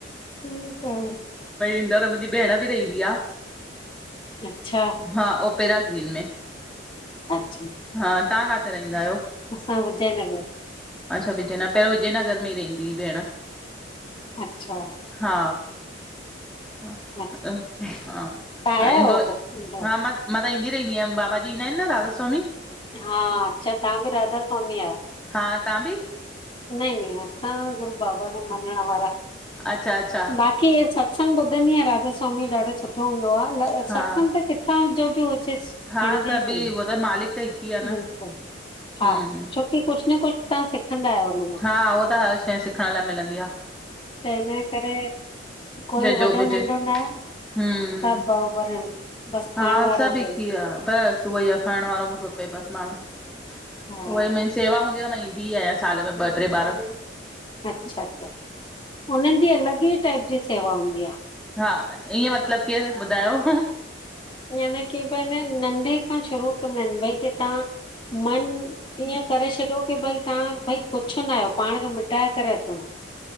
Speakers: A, on the left; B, in the centre.
A: ठीक आ
B: इन्दौर मुंहिंजी भेण बि रहंदी आ
A: अच्छा अच्छा
B: हा, ओ पहिरां ॾिहन में।
A: अच्छा।
B: हा तहां काथे रहंदा आहियो?
A: असां विजयनगर।
B: अच्छा विजयनगर। पहिरियों विजयनगर में ई रहंदी हुई भेण।
A: अच्छा।
B: हा। ह,
A: अच्छा
B: हा,
A: तव्हां
B: हा,
A: आया
B: इंदो।
A: आहियो पोइ इंदौर?
B: हा, मां। मां त ईंदी रहंदी आहियां। बाबा जी, ईंदा आहिनि न, राधा सवामी।
A: हा। अच्छा तव्हां बि राधा स्वामी आहियो?
B: हा, तां बी।
A: नही न असां गुरू बाबा जे मञण वारा
B: अच्छा अच्छा
A: बाक़ी इए सभु। सत्संग ॿुधंदी आहियां। राधा स्वामी जो ॾाढो सुठो हूंदोआहे।
B: हा
A: सत्संग त किथां जो बि हुजेस।
B: हा
A: खणजे
B: सभी
A: ई सई।
B: उहो त मालिक त हिकु ई आहे न
A: बिल्कुल, हा
B: हम्म
A: छोकि कुझ न कुझ। तव्हां सिखंदा आहियो? हुन मां
B: हा। उहा त हर शइ सिखण लाए मिलंदी आहे।
A: त हिन करे कोई
B: जंहिंजो
A: वॾो
B: बि हुजे
A: नंढो न आहे,
B: हम्म
A: सब बराबर आहिनि। बसि
B: हा,
A: खाइण वारो
B: सब
A: हुजेव
B: हिक ई आ बस। सुबह जो खाइण वारो मूंखे खपे बस माण्हू
A: हा
B: उहेई मस। सेवा हूंदी आ त मां ईंदी आहियां, साल में ॿह टे ॿार।
A: अच्छा, अच्छा। हुननि जी अलॻ ई टाइप जी सेवा हूंदी आहे।
B: हा। इएं मतलबु केर ॿुधायो?
A: यानि कि भई नंढे खां शुरू कंदा आहिनि। भई कि, तव्हां, मन। ईए करे छॾियो कि भई तव्हां भई कुझ न आहियो। पाण खे मिटाए करे अचिणो।